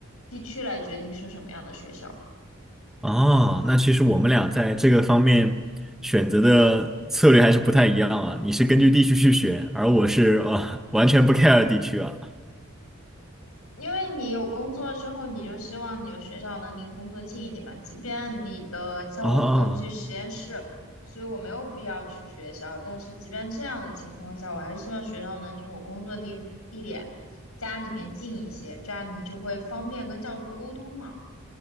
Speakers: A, on the left; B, in the centre.
A: 地区来决定是什么样的学校。
B: 哦，那其实我们俩在这个方面选择的策略还是不太一样啊。你是根据地区去选，而我是呃完全不 care 地区啊。
A: 因为你有工作之后，你就希望你的学校能离工作近一点嘛。即便你的，像我不用去实验室，
B: 哦
A: 所以我没有必要去学校。但是即便这样的情况下，我还是希望学校能离我工作地地点家里面近一些，这样你就会方便跟教授沟通嘛。